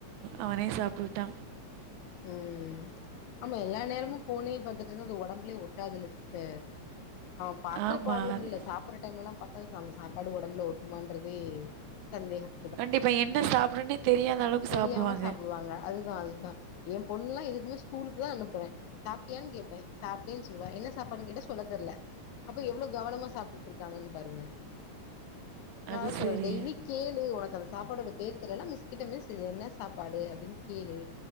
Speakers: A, on the right; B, on the left.
A: அவனே சாப்புட்டு கிட்டா
B: ம் ஆமா எல்லா நேரமு போனே பாத்துட்டு இருந்தா அது உடம்புலயே ஒட்டாதுல்ல சிஸ்டர் அவ பாக்குற
A: ஆமாம்
B: ப்ராப்ளம்
A: அது
B: இல்ல சாப்புட்ற டைம்லல்லாம் பத்தாதக்கு அந்த சாப்பாடு உடம்புல ஓட்டுமான்றதே சந்தேகம்
A: கண்டிப்பா என்ன சாப்டனே தெரியாத அளவுக்கு
B: தெரியாம
A: சாப்டுவாங்க
B: சாப்புடுவாங்க அதுதா அதுதா எ பொண்ணுல்லா எதுக்குமே ஸ்கூலுக்கு தா அனுப்புறே சாப்ட்டியான் கேப்பே சாப்ட்டேன் சொல்வா என்ன சாப்பாடுன் கேட்ட சொல்ல தெர்ல அப்ப எவ்ளோ கவனமா சாப்ட்டுட்டு இருக்காங்கன்னு பாருங்க நா
A: அது
B: அதா சொல்வே
A: சரி.
B: டெய்லி கேளு உனக்கு அந்த சாப்பாடோட பேர் தெர்லனா மிஸ் கிட்ட மிஸ் இது என்ன சாப்பாடு அப்டின் கேளு